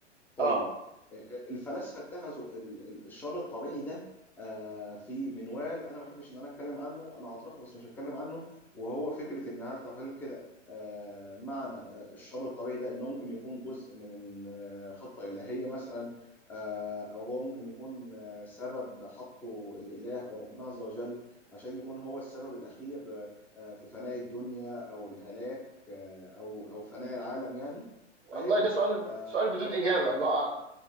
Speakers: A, in the centre; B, on the right.
A: طيب
B: أه
A: آه، آه، الفلاسفه اتخذوا ال- ال- الشر الطبيعي ده آه، في منوال انا ما احبش ان انا اتكلم عنه انا هطرحه بس مش هتكلم عنه وهو فكره ان هل طب هل كده آه، معنى آه، الشر الطبيعي ده انه ممكن يكون جزء من آه، خطه الهيه مثلا آه، او هو ممكن يكون آه، سبب حطه الاله او ربنا عز وجل عشان يكون هو السبب الاخير آه، آه، في فناء الدنيا او الهلاك آه، او او فناء العالم يعني
B: والله
A: فاهم
B: ده سؤال
A: آه،
B: سؤال بدون إجابة الله أعلم